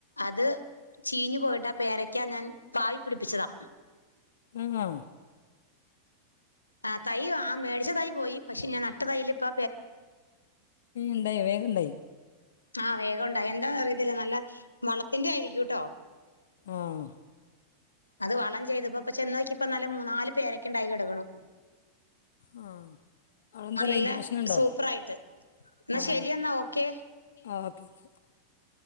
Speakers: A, on the left; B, on the left.
A: അത് ചീഞ്ഞു പോയിട്ട് ആ പേരക്കാ ഞാൻ പാവി പിടിപ്പിച്ചതാ
B: ആ ആ
A: ആ തൈ ആ മേടിച്ച തൈ പോയി പക്ഷെ ഞാൻ നട്ട തൈല് ഇപ്പം
B: ണ്ടായി വേഗം ണ്ടായി
A: ആഹ് വേഗം ഉണ്ടായി എന്താ അറിയത്തില്ല നല്ല വളത്തിന്റെ ആയിരിക്കൂട്ടോ
B: ആഹ്
A: അത് വളം ചെയ്തപ്പോപ്പ ചെന്നോക്കിപ്പോ നല്ല മൂന്നാല് പേരയ്ക്ക ഇണ്ടായി കെടക്കണു
B: ആ അടെ എന്താ
A: നല്ല
B: റേഞ്ച് പ്രശ്നുണ്ടോ
A: സൂപ്പറായിട്ട് എന്നാ
B: ആ
A: ശരി എന്നാ ഓക്കെ
B: ഓ <inaudible>